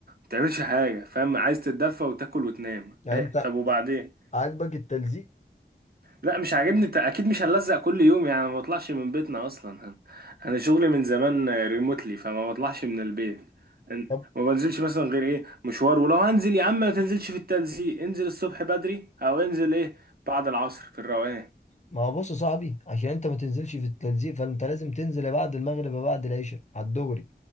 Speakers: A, on the right; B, on the left.
A: بتعملش حاجه فاهم عايز تتدفى وتاكل وتنام
B: يعني
A: إيه،
B: انت
A: طب وبعدين
B: عاجبك التلزيق
A: لا مش عاجبني انت اكيد مش هنلزق كل يوم يعني ما بطلعش من بيتنا اصلا انا شغلي من زمان ريموتلي فما بطلعش من البيت إن-
B: طب
A: ما بنزلش مثلا غير ايه مشوار ولو هنزل يا عم ما تنزلش في التلزيق انزل الصبح بدري او انزل ايه بعد العصر في الروقان
B: ما هو بص يا صاحبي عشان انت ما تنزلش في التلزيق فانت لازم تنزل بعد المغرب يا بعد العشاء على الدغري